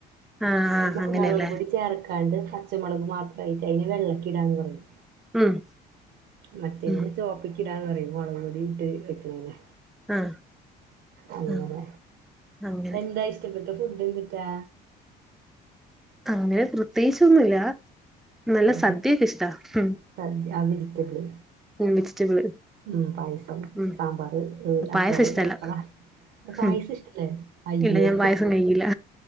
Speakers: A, in the centre; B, on the right (about 60°).
A: ആഹ് ആഹ്
B: മ്മക്ക്
A: അങ്ങനെയല്ലേ
B: മുളക്പൊടി ചേർ കണ്ട് പച്ചമുളക് മാത്രയിട്ട്. അതിന് വെള്ളക്കിടാന്ന് പറയും.
A: ഉം
B: മറ്റേതിന്
A: ഉം
B: ചേപ്പിക്കിടാന്ന് പറയും മുളക് പെടിട്ട് വെക്ക്ണൈന്
A: ആഹ്
B: അങ്ങനെ,
A: ആഹ് അങ്ങനെ
B: എന്താ ഇഷ്ടപ്പെട്ട ഫുഡ് ന്തിറ്റാ.
A: അങ്ങനെ പ്രത്യേകിച്ചൊന്നുല്ല. നല്ല
B: ഏതാ
A: സദ്യക്കെ ഇഷ്ടാ. ഉം,
B: സദ്യ ആ വെജിറ്റബിള്
A: വെജിറ്റബിള്.
B: ഉം, പായസം,
A: ഉം
B: സാമ്പാറ്,
A: പായസം
B: അച്ചാറ്,
A: ഇഷ്ടല്ല
B: പപ്പട. പായസ
A: ഉം
B: ഇഷ്ടല്ലെ? അയ്യോ
A: ഇല്ല ഞാൻ പായസം കഴിക്കില്ല